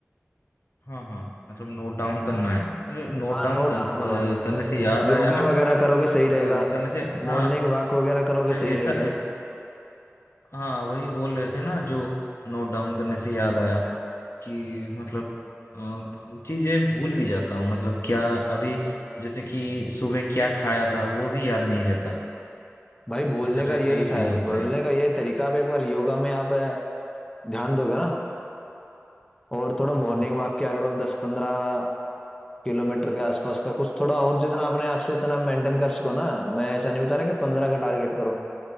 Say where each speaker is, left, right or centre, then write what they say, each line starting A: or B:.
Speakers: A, on the left; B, on the left.
A: हाँ हाँ मतलब नोट डाउन करना है अरे नोट
B: हाँ
A: डाउन
B: नोट
A: कर,
B: डाउन
A: अ,
B: करो
A: करने से याद
B: योगा
A: आया ना
B: वगैरह करोगे सही रहेगा
A: क- करने से हाँ
B: मॉर्निंग वॉक वगैरह करोगे
A: अरे
B: सही
A: ऐसा
B: रहेगा
A: ए, हाँ वही बोल रहे थे ना जो नोट डाउन करने से याद आया कि मतलब अ, चीज़ें भूल भी जाता हूँ मतलब क्या अभी जैसे कि सुबह क्या खाया था वो भी याद नहीं रहता
B: भाई भूलने
A: ऐसा
B: का
A: टाइप
B: यही
A: का भी
B: सा
A: फील होता
B: भूलने
A: है
B: का यही तरीका आप एक बार योगा में आप ध्यान दोगे ना और थोड़ा
A: हाँ
B: मॉर्निंग
A: हाँ
B: वॉक किया करो दस पंद्रह किलोमीटर के आसपास का कुछ थोड़ा और जितना अपने आप से इतना मेंटेन कर सको ना मैं ऐसा नहीं बता रहा कि पंद्रह का टारगेट करो